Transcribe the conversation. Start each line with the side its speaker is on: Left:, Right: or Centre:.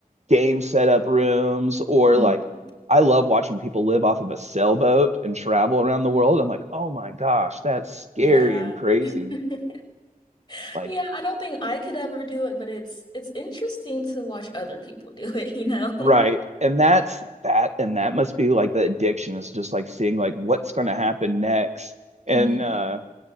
Right: game setup rooms or
Left: Mhm.
Right: like I love watching people live off of a sailboat and travel around the world. I'm like, oh my gosh, that's scary
Left: Yeah.
Right: and crazy.
Left: <laughs>
Right: Like
Left: Yeah, I don't think I could ever do it, but it's it's interesting to watch other people <laughs> do it, you know?
Right: Right.
Left: <laughs>
Right: And that's that and that must be like the addiction is just like seeing like what's going to happen next. And
Left: hmm
Right: uh